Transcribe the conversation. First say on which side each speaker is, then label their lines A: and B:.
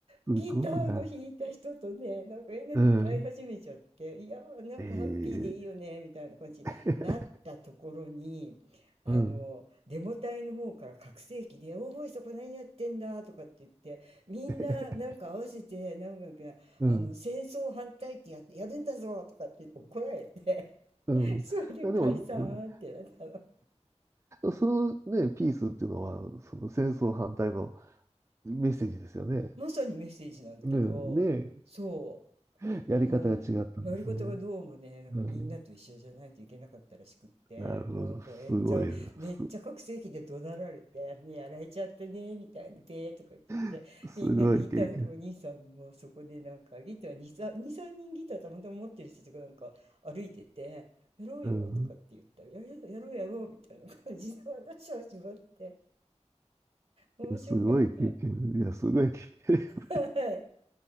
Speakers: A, on the right; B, on the right.
A: すごいな。
B: ギターの弾いた人とね、なんかみんなで歌い始めちゃって、
A: うん、
B: いやー、なんかハッピーでいいよね、
A: ええ、
B: みたいな感じになったところに、
A: <laughs>
B: あの、
A: うん、
B: デモ隊の方から拡声器で、おおい、そこ何やってんだとかって言って、みんななんか合わせて、
A: <laughs>
B: なんだっけな、
A: うん、
B: あの、戦争反対ってや、やるんだぞとかって怒られて
A: うん。
B: <laughs>、それで解散ってなったの。
A: いやでも、うんそのね、ピースっていうのは、その戦争反対のメッセージですよね。
B: まさにメッセージなんだけど、
A: ねね
B: そ
A: え
B: う。
A: <laughs> やり方が違ったんですね。
B: そう。やり方がどうもね、なんかみんなと一緒じゃないといけなかったらしくって、
A: うん。なるほど。
B: なんかめっちゃ、
A: すごいな。
B: めっちゃ拡声器で怒鳴られて、
A: す、
B: ね、やられちゃったね、みたいな、ペーとかって言って、
A: <laughs> すごい経験。
B: みんなギターのお兄さんもそこでなんか、ギター2、3、2、3人ギターたまたま持ってる人とかなんか歩いてて、やろうよとかって言ったら、
A: うん。い
B: やるよやろうやろうみたいな感じで話をしまって、面白かった。
A: やすごい経験。いや、すごい経験。<laughs>
B: はい。